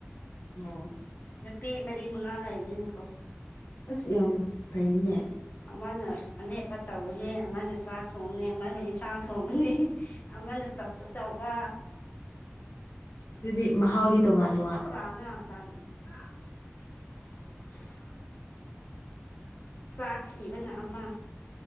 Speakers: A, on the left (about 80°); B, on the left (about 45°).
A: ꯑꯣ
B: ꯅꯨꯄꯤ ꯃꯔꯤ ꯃꯉꯥ ꯂꯩꯕꯅꯤꯅꯀꯣ꯫
A: ꯑꯁ ꯌꯥꯝ ꯐꯩꯅꯦ꯫
B: ꯑꯃꯅ ꯑꯅꯠꯄ ꯇꯧꯕꯅꯤ ꯑꯃꯅ ꯆꯥꯛ ꯊꯣꯡꯅꯤ ꯑꯃꯅ ꯏꯟꯁꯥꯡ ꯊꯣꯡꯉꯅꯤ꯫ ꯑꯃꯅ ꯆꯝꯐꯨꯠ ꯇꯧꯕ
A: ꯑꯗꯨꯗꯤ ꯃꯍꯥꯎꯗꯤ ꯇꯣꯡꯉꯥꯟꯂꯦ꯫
B: <unintelligible> ꯆꯥꯛ ꯊꯤꯕꯅ ꯑꯃ